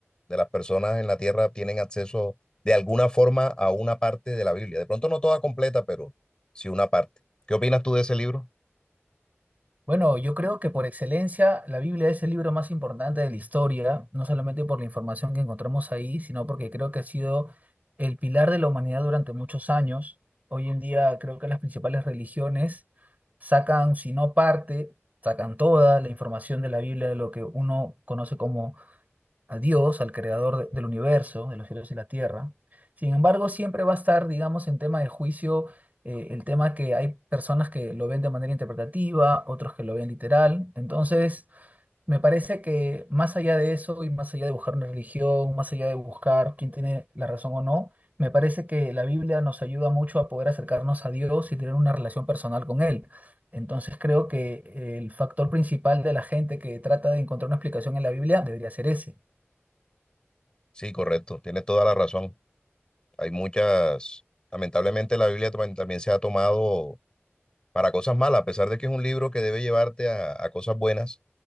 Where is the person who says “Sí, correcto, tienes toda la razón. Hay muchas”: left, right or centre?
Left